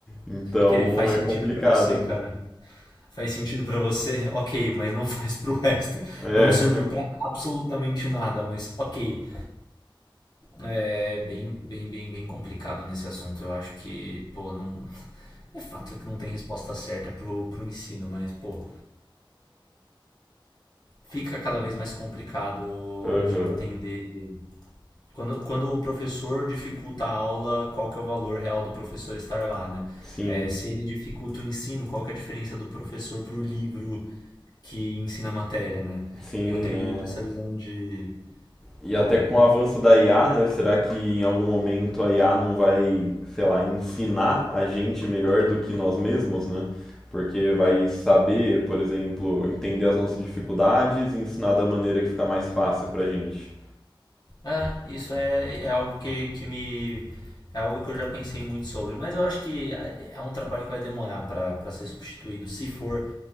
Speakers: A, in the centre; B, on the left (about 50°).
A: Então
B: Que ele faz
A: é
B: sentido
A: complicado.
B: pra você, cara. Faz sentido pra você, ok, mas não <laughs> faz pro resto.
A: É.
B: Não serviu pra absolutamente nada, mas ok. É bem, bem, bem, bem complicado nesse assunto. Eu acho que, pô, não. É fato que não tem resposta certa pro, pro ensino, mas, pô, fica cada vez mais complicado
A: <laughs> Aham.
B: de entender Quando, quando o professor dificulta a aula, qual que é o valor real do professor estar lá, né?
A: Sim,
B: É, se ele dificulta o ensino, qual que é a diferença do professor para o livro que ensina a matéria, né?
A: sim,
B: Eu tenho
A: é.
B: muito essa visão de,
A: E
B: pô,
A: até com
B: não
A: o avanço da IA, né? Será que em algum momento a IA não vai, sei lá, ensinar a gente melhor do que nós mesmos, né? Porque vai saber, por exemplo, entender as nossas dificuldades e ensinar da maneira que fica mais fácil pra gente.
B: É, isso é, é algo que, que me. É algo que eu já pensei muito sobre. Mas eu acho que é um trabalho que vai demorar para para ser substituído, se for.